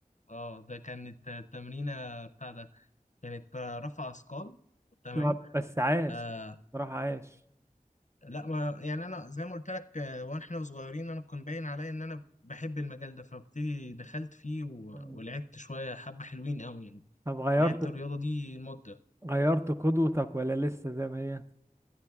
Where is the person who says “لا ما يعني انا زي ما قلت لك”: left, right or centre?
Left